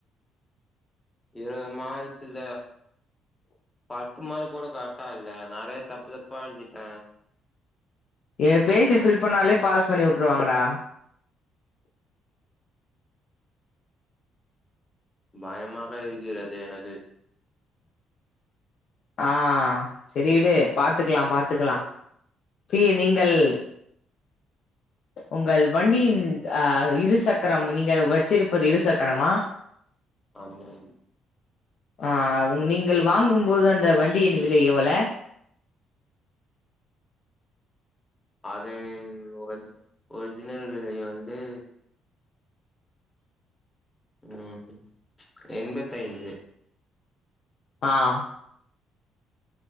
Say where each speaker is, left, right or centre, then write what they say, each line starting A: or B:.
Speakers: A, on the left; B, on the left.
A: இரு மாதத்துல பா து மார்க்கூட கரட்டா இல்ல நெறைய தப்பு தப்பா எழுதிட்ட
B: எ பேஜ் ஃபில் பண்ணாலே பாஸ் பண்ணி உட்ருவாங்கடா.
A: பயமாக இருக்கிறது எனக்கு.
B: ஆஹ் சரி விடு பாத்துக்கலா பாத்துக்கலா. டீய நீங்கள் உங்கள் வண்டியின் அஹ் இருசக்கரம் நீங்க வச்சிருப்பது இரு சக்கரமா?
A: ஆமாம்
B: ஆஹ் நீங்கள் வாங்கும்போது அந்த வண்டியின் விலை எவ்வள?
A: அதனின் ஒர் ஒர்ஜினல் விலை வந்து கம் எண்பத்தைந்து
B: அஹ்